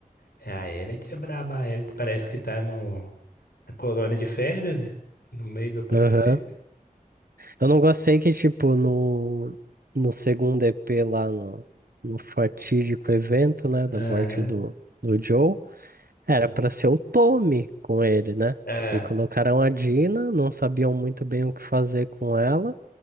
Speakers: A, on the left; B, on the right.
A: É a Ellie que é braba, a Ellie parece que tá no, na colônia de férias, no meio do apocalipse.
B: Aham. Eu não gostei que, tipo, no, no segundo EP lá no, no fatídico evento, né,
A: Aham,
B: da morte do, do Joe, era pra ser o Tommy com ele, né?
A: É,
B: E colocaram a Dina, não sabiam muito bem o que fazer com ela,